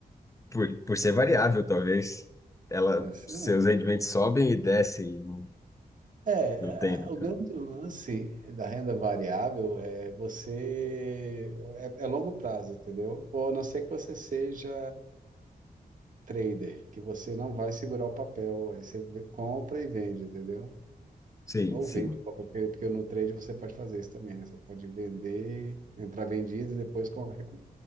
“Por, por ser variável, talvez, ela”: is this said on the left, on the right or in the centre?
Left